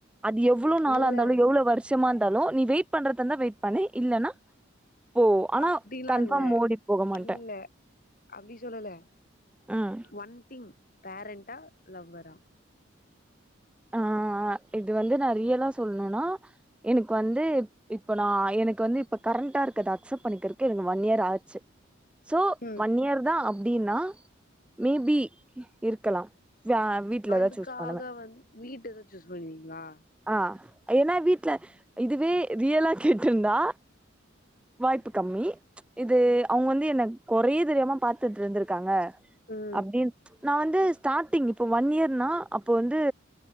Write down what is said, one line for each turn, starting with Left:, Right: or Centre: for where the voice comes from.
Centre: அது எவ்ளோ நாளா
Left: இல்ல
Centre: இருந்தாலு எவ்ளோ வருஷமா இருந் ருந்தாலு நீ வெயிட் பண்றதாதுந்தா வெயிட் பண்னு இல்லன்னா போ ஆனா
Left: அப்டிலா
Centre: கன்ஃபார்ம்
Left: இல்ல
Centre: ஓடி போக மாட்டே
Left: இல்ல அப்டி சொல்லல
Centre: ம்
Left: ஒன் திங் பேரண்டா லவ்வரா
Centre: ஆ ஆ இது வந்து நா ரியலா சொல்ணுன்னா எனக்கு வந்து இப்ப நா எனக்கு வந்து இப்ப கா கரண்ட்டா இருக்கத அக்செப்ட் பண்ணிக்கிறக்கே எனக்கு ஒன் இயர் ஆச்சு சோ
Left: ம்
Centre: ஒன் இயர் தா அப்டின்னா மேபி இருக்கலா வே வீட்லதா
Left: அதுக்காக
Centre: சூஸ் பண்ணுவே
Left: வந் வீட்டதா சூஸ் பண்ணுவீங்களா
Centre: ஆ ஏன்னா வீட்ல இதுவே ரியலா கேட்ருந்தா வாய்ப்பு கம்மி இது அவுங்க வந்து என்ன கொறயே தெரியாம பாத்துட்டுருந்திருக்காங்க
Left: ம்
Centre: அப்டி நா வந்து ஸ்டார்ட்டிங் இப்போ ஒன் இயர்னா அப்போ வந்து